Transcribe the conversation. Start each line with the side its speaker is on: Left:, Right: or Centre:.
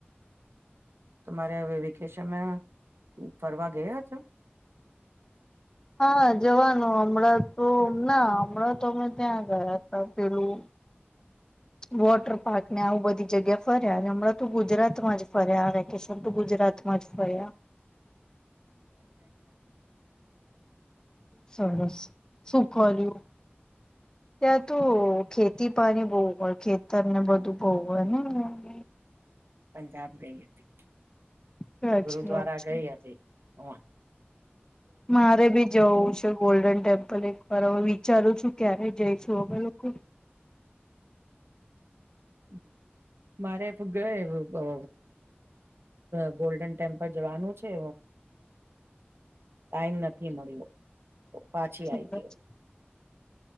Right: તમારે હવે વેકેશનમાં ફરવા ગયા છો?
Left: હા જવાનું હમણાં! તો ના હમણાં તો, અમે ત્યાં ગયા હતા પેલું
Right: હ <inaudible>
Left: વોટર પાર્ક ને, આવું બધી જગ્યા ફર્યા. અને હમણાં તો ગુજરાત માં જ ફર્યા, આ વેકેશન તો ગુજરાત મસ્ત ફર્યા.
Right: હ <inaudible>
Left: સરસ સુ ખવા્યું? ત્યાં તો ખેતી પાણી બવ હોય, ખેતર ને બધું બહુ હોય ને ત્યા.
Right: પંજાબ ગઈ હતી,
Left: સાચી
Right: ગુરુદ્વારા
Left: વાત છે
Right: ગઈ હતી, હ <inaudible>
Left: મારે બી જવું છે. ગોલ્ડન ટેમ્પલ એક વાર હવે વિચારું છું. ક્યારે જઈશું હવે લોકો?
Right: હ <inaudible> મારે ગયા <inaudible> ગોલ્ડન ટેમ્પલ જવાનું છે. ટાઈમ નથી મળ્યો, તો પાછી આઈ
Left: એટલે
Right: ગયો